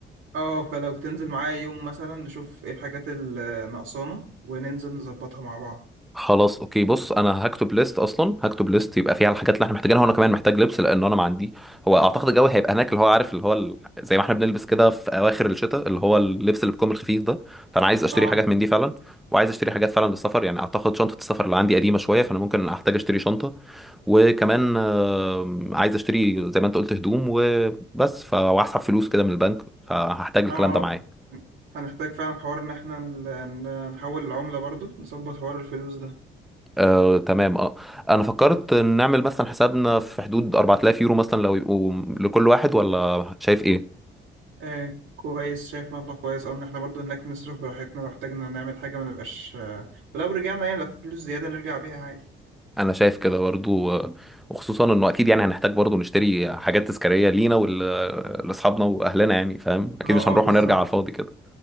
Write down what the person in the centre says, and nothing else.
خلاص اوكي بص انا هكتب ليست اصلا هكتب ليست يبقى فيها الحاجات اللي احنا محتاجينها وانا كمان محتاج لبس لان انا ما عندي هو اعتقد الجو هيبقى هناك اللي هو عارف اللي هو ال... زي ما احنا بنلبس كده في اواخر الشتاء اللي هو اللبس اللي بيكون الخفيف ده فانا عايز اشتري
حاجات من دي فعلا وعايز اشتري حاجات فعلا للسفر يعني اعتقد شنطه السفر اللي عندي قديمه شويه فانا ممكن احتاج اشتري شنطه وكمان آم، عايز اشتري زي ما انت قلت هدوم وبس ف- وهسحب فلوس كده من البنك فهحتاج الكلام
ده
معايا
آه، تمام اه انا فكرت نعمل مثلا حسابنا في حدود 4000 يورو مثلا لو يبقوا لكل واحد ولا شايف ايه
انا شايف كده برضو آه، وخصوصا انه اكيد يعني هنحتاج برضو نشتري حاجات تذكارية لينا ولاصحابنا واهلنا يعني فاهم اكيد
مش هنروح
ونرجع على الفاضي كده